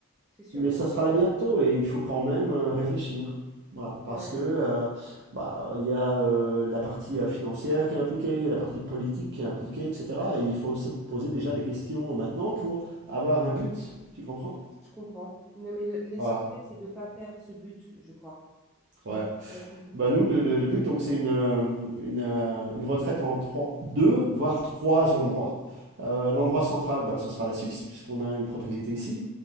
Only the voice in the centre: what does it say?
c'est sûr,
c'est vrai,
je comprends. Non, mais le- l'essentiel,
c'est de pas perdre ce but, je crois. Tu,
tu as tout dit.